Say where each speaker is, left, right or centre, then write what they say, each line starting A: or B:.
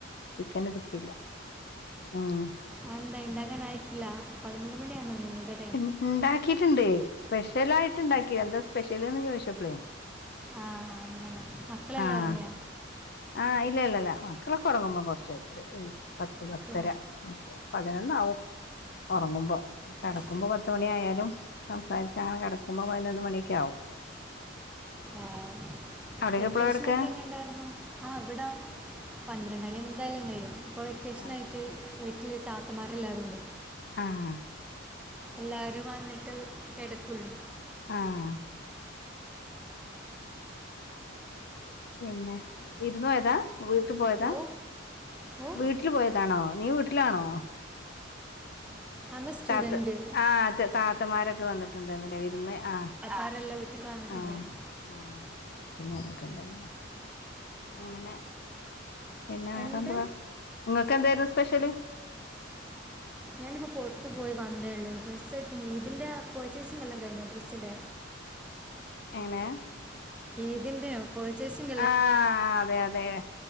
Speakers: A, on the left (about 50°); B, in the centre.
A: ചിക്കനെടുത്തില്ല ഉം
B: ആഹ് എന്താ ഇണ്ടാക്കാനായിട്ടില്ലാ പതിനൊന്ന് മണിയാണോ നിങ്ങൾടെ
A: ഇൻ ഇണ്ടാക്കിട്ടിണ്ട് സ്പെഷ്യലായിട്ട് ഇണ്ടാക്കിയെന്താ സ്പെഷ്യല്ന്ന് ചോദിച്ചപ്പളേ
B: ആഹ് അങ്ങനെ മക്കളെല്ലാം
A: ആഹ്
B: ഉറങ്ങിയാ
A: ആഹ് ഇല്ല ഇല്ല ഇല്ല മക്കളൊക്കെ ഒറങ്ങുമ്പോ കൊറച്ച് എത്തര് വൈകും പത്ത് പത്തര
B: ഒക്കെ,
A: അഹ് ക്ക്യ പതിനൊന്നാവും ഒറങ്ങുമ്പൊ കെടക്കുമ്പൊ
B: ഏ,
A: പത്ത് മണി ആയാലും സംസാരിച്ചങ്ങനെ കെടക്കുമ്പൊ പതിനൊന്ന് മണിയെക്ക ആവും
B: ഏഹ്
A: അവിടെയൊക്കെ
B: വെക്കേഷനൊക്കെ
A: എപ്പളാ കിടക്ക
B: എങ്ങനെണ്ടായിരുന്നു ആഹ് ഇവിടം പന്ത്രണ്ടണി എന്തായാലും കഴിയും ഇപ്പോ വെക്കേഷനായിട്ട്
A: ആഹ്
B: വീട്ടില് താത്തമാരെല്ലാരുണ്ട്.
A: ആഹ്
B: എല്ലാരും വന്നിട്ട് കെടക്കുള്ളൂ
A: ആഹ് പിന്നെ വിര്ന്നോയതാ വീട്ടി പോയതാ
B: ഓ ഓ
A: വീ ട്ടില് പോയതാണോ നീ വീട്ടിലാണോ
B: ആമ സ്റ്റുഡൻറ്റ്
A: താത്ത ആഹ് താത്തമാരൊക്കെ വന്നിട്ടുണ്ടായ്ന്നില്ലേ വിരുന്ന് ആഹ്
B: ആരെല്ലാം വീ ട്ട്ക്ക് വന്നിട്ടെണ്ടാര്ന്ന്
A: ആഹ് ആഹ് വീട്ട്ന്ന് വന്നിട്ടെണ്ടായ്ര്ന്നല്ലേ അങ്ങനെ പിന്നെ വേറെന്തുവാ
B: എന്ത്
A: ഇങ്ങക്കെന്തായിരുന്നു സ്പെഷ്യല്
B: ഞാനിപ്പോ പൊർത്ത് പോയി വന്നേള്ളൂ ഡ്രസ്സ് എടുക്കനി ഈദിൻ്റെ പർച്ചേസിങ്ങല്ലാം കഴിഞ്ഞ ഡ്രസ്സിൻ്റെ
A: എങ്ങനേ
B: ഈദിന്റെയൊ പെർച്ചേസിംഗ്
A: ആഹ് അതെ അതെ